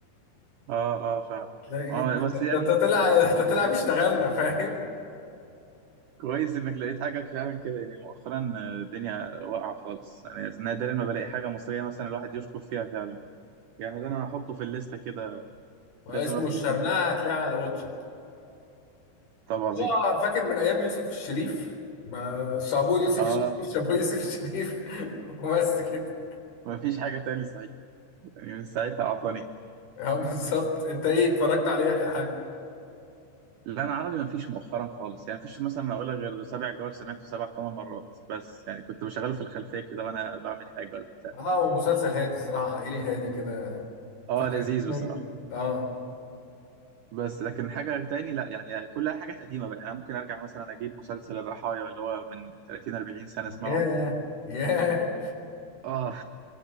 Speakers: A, on the right (about 80°); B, on the left (about 65°).
A: اه اه فعلا
B: لا ايه
A: اه
B: ده
A: بس يعني
B: ده ده طلع ده طلع اشتغلنا فاهم
A: كويس انك لقيت حاجه فعلا كده يعني مؤخرا آه، الدنيا واقعه خالص انا نادرا ما بلاقي حاجه مصريه مثلا الواحد يشكر فيها فعلا يعني ده انا هحطه في الليسته كده
B: واسمه
A: لازم الواحد
B: الشرنقة
A: يسمعه يعني.
B: هتلاقيه على واتشت
A: طب عظيم
B: هو فاكر من ايام يوسف الشريف ما شابوه يوسف
A: اه
B: الشريف شابوه يوسف الشريف <laughs> وبس كده
A: مفيش حاجه تاني صحيح يعني من ساعتها عطلانين
B: اه بالظبط انت ايه اتفرجت عليه اخر حاجه
A: لا انا عربي ما فيش مؤخرا خالص يعني فيش مثلا اقول لك غير سبع جوار سمعته سبع ثمان مرات بس يعني كنت بشغله في الخلفيه كده وانا بعمل حاجه ولا بتاع
B: اه هو مسلسل هادي صراحه عائلي هادي كده
A: اه
B: في الخفيف
A: لذيذ
B: منه
A: بصراحه
B: اه
A: بس لكن حاجه تاني لا يعني كلها حاجات قديمه بقى يعني ممكن ارجع مثلا اجيب مسلسل الرحايا اللي هو من 30 40 سنه اسمعه
B: ياه ياه
A: اه